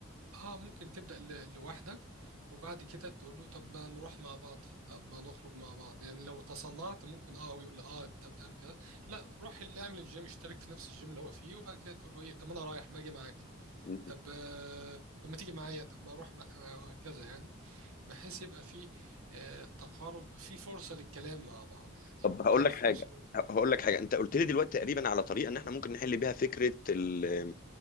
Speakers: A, on the right; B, on the left.
A: اه ممكن تبدأ ل... لوحدك وبعد كده تقول له طب ما نروح مع بعض طب ما نخرج مع بعض يعني لو تصنعت ممكن اه هو يقول لي اه انت بتعمل كده لا روح اللي اعمل الجيم اشترك في نفس الجيم اللي هو فيه وبعد كده تقول له ايه طب ما انا رايح ما اجي معاك
B: قوي
A: طب آه طب ما تيجي معايا طب ما اروح مع... آه، وهكذا يعني بحيث يبقى فيه آه، تقارب فيه فرصة للكلام مع بعض يعني
B: طب هقول
A: وتعرف
B: لك حاجه
A: في نفس الوقت
B: هقول لك حاجه انت قلت لي دلوقتي تقريبا على طريقه ان احنا ممكن نحل بيها فكره ال...